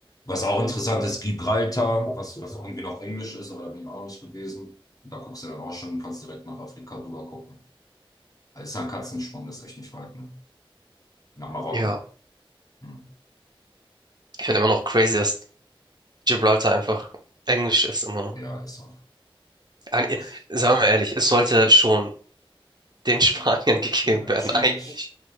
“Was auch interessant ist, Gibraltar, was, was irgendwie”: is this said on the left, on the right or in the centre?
Left